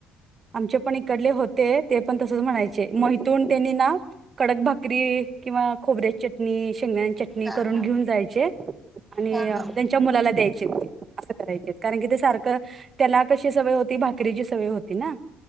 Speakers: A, on the right (about 40°); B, in the centre.
A: आमचे पण इकडले होते ते पण तसच म्हणायचे मग इथून त्यांनी ना कडक भाकरी किंवा खोबऱ्याची चटणी शेंगदान्याची चटणी
B: हा
A: करून
B: हा
A: घेऊन जायचे आणि
B: हा हा
A: त्यांच्या मुलाला द्यायचे असं करायचे कारण की ते सारखं त्याला कशी सवय होती भाकरीची सवय होती ना